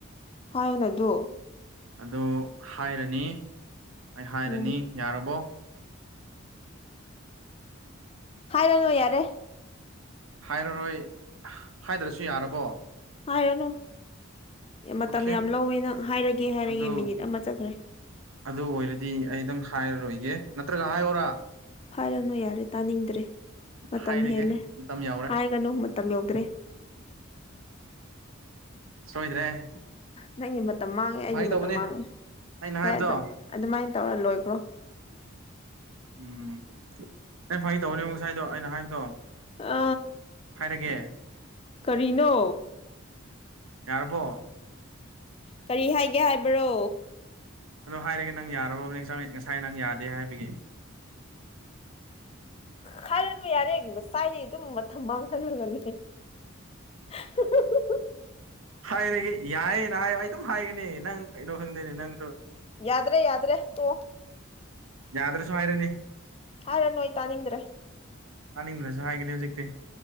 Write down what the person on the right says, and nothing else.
ꯑꯗꯨ ꯍꯥꯏꯔꯅꯤ ꯑꯩ ꯍꯥꯏꯔꯅꯤ
ꯌꯥꯔꯕꯣ
ꯍꯥꯏꯔꯔꯣꯏ ꯍꯥꯏꯗ꯭ꯔꯁꯨ ꯌꯥꯔꯕꯣ
ꯑꯣꯀꯦ
ꯑꯗꯨ
ꯑꯗꯨ ꯑꯣꯏꯔꯗꯤ ꯑꯩ ꯑꯗꯨꯝ ꯍꯥꯏꯔꯔꯣꯏꯒꯦ ꯅꯠꯇ꯭ꯔꯒ ꯍꯥꯏꯌꯔꯥ
ꯍꯥꯏꯔꯒꯦ
ꯃꯇꯝ ꯌꯧꯔꯦ
ꯁꯣꯏꯗ꯭ꯔꯦ
ꯐꯥꯒꯤ ꯇꯧꯕꯅꯦ
ꯑꯩꯅ
ꯍꯥꯏꯕꯗꯣ
ꯎꯝ ꯑ ꯐꯪꯉꯤ ꯇꯧꯅꯦꯕ ꯉꯁꯥꯏꯗꯣ ꯑꯩꯅ ꯍꯥꯏꯕꯗꯣ
ꯍꯥꯏꯔꯒꯦ
ꯌꯥꯔꯔꯕꯣ
ꯑꯗꯣ ꯍꯥꯏꯔꯒꯦ ꯅꯪ ꯌꯥꯔꯕꯕꯅꯤ ꯉꯁꯥꯏ ꯅꯪ ꯌꯥꯗꯦ ꯍꯥꯏꯕꯒꯤꯦ
ꯍꯥꯏꯔꯒꯦ ꯌꯥꯏꯌꯦꯅ ꯍꯥꯏ ꯑꯩ ꯑꯗꯨꯝ ꯍꯥꯏꯒꯅꯤ ꯅꯪ ꯀꯩꯅꯣ ꯈꯪꯗꯦꯅꯦ ꯅꯪꯁꯨ
ꯌꯥꯗꯔ ꯁ ꯍꯥꯏꯔꯅꯤ
ꯇꯥꯅꯤꯡꯗꯅꯁꯨ ꯍꯥꯏꯒꯅꯤ ꯍꯧꯖꯤꯛꯇꯤ